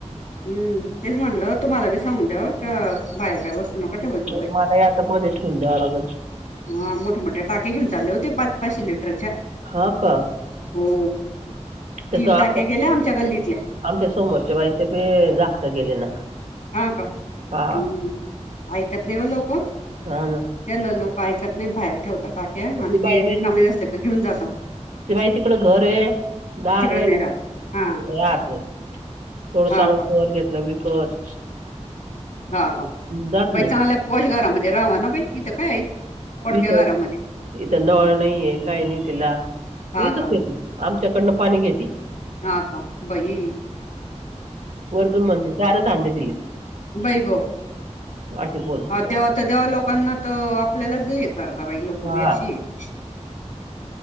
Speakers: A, on the left; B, on the right.
A: हम्म तेच म्हटलं तुम्हाला बी सांगून ठेवा बाहेर काय वस्तू नका ठेवत
B: नाही
A: जाऊ
B: तर मला यात मध्ये ठेवून द्यावं लागेल
A: हा मोठया मोठया टाक्या घेऊन चालले होते पाच पाचशे लिटरच्या.
B: हा का?
A: हो
B: तस
A: तीन
B: आमच्या
A: टाक्या गेल्या आमच्या गल्लीतल्या
B: आमच्या समोरच्या बाईचे बी जाकणं गेले ना.
A: हा का हम्
B: हा
A: ऐकत नाहीव लोक
B: हा ना
A: चल लोक ऐकत नाही बाहेर ठेवता टाक्या आणि
B: ती बाई
A: ते रिकामे असत क घेऊन जातात.
B: ती बाई तिकड घर आहे दार
A: तिकडं
B: आहे
A: नाही राहत
B: तरी
A: हा
B: राहत नाही येवढा
A: हा
B: चांगलं
A: का
B: घर घेतलं विकत
A: ह का
B: जात
A: बाई
B: नाही
A: चांगल्या पॉश घरामध्ये राहावा ना बाई इथं काय आहे. पडक्या
B: इथं
A: घरामध्ये
B: इथं नाळ नाहीये काय नाही तिला
A: हा
B: इथच
A: का
B: येती, आमच्याकडनं पाणी घेती.
A: हा का बाई
B: वरतून म्हणते चारच हांडे
A: बाई ह
B: असे बोलते
A: देव तर देवा लोकांना तर आपल्यालाचेत कारता बाई लोक
B: हा
A: बी अशी आहे.